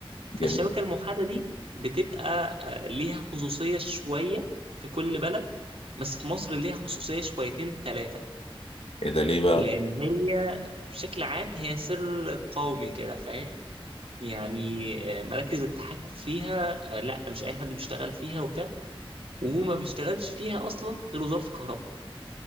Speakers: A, on the left; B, on the right.
A: جميل
B: فالشبكه الموحده دي بتبقى آه، ليها خصوصيه شويه في كل بلد بس في مصر ليها خصوصيه شويتين ثلاثه
A: ايه ده ليه بقى
B: لان هي بشكل عام هي سر قومي كده فاهم يعني آه، مراكز التحكم فيها آه، لا مش اي حد بيشتغل فيها وبتاع وما بيشتغلش فيها اصلا غير وزاره الكهرباء